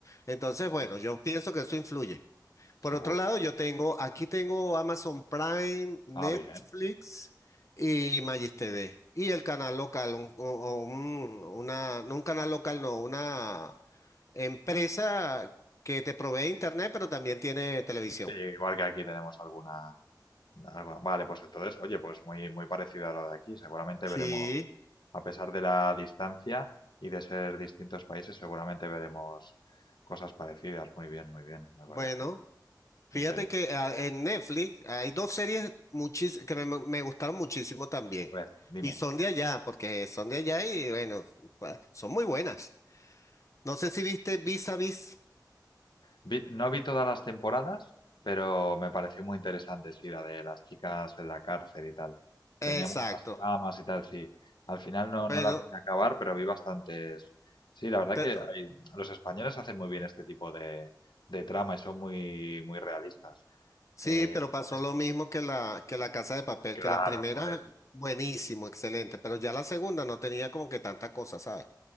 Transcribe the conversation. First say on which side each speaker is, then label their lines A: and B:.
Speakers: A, on the left (about 45°); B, on the left (about 85°).
A: Entonces, bueno,
B: sí, sí,
A: yo pienso que eso influye.
B: seguro.
A: Por otro lado, yo tengo, aquí tengo Amazon Prime, Netflix
B: Ah, bien.
A: y Magis TV. Y el canal local, un, un- un- una, no un canal local, no, una Empresa que te provee internet, pero también tiene televisión.
B: Sí, igual que aquí tenemos alguna, alguna- Vale, pues entonces, oye, pues muy, muy parecido a lo de aquí. Seguramente
A: Sí,
B: veremos, a pesar de la distancia y de ser distintos países, seguramente veremos cosas parecidas. Muy bien, muy bien, me
A: bueno,
B: parece
A: fíjate
B: interesante.
A: que ah, en Netflix hay dos series muchis- que me, me gustaron muchísimo también.
B: A ver, dime.
A: Y son de allá, porque son de allá y bueno, pa- son muy buenas. No sé si viste Vis a Vis.
B: Vi- no vi todas las temporadas, pero me pareció muy interesante, sí, la de las chicas en la cárcel y tal. Tenía
A: Exacto.
B: muchas tramas y tal, sí. Al final no, no
A: Bueno,
B: la pude acabar, pero vi bastantes. Sí, la verdad
A: pero
B: que hay- los españoles hacen muy bien este tipo de, de trama y son muy, muy realistas.
A: sí,
B: Eh,
A: pero
B: como
A: pasó
B: es,
A: lo mismo que la, que la Casa de Papel,
B: claro,
A: que la primera,
B: por eso.
A: buenísimo, excelente, pero ya la segunda no tenía como que tanta cosa, ¿sabes?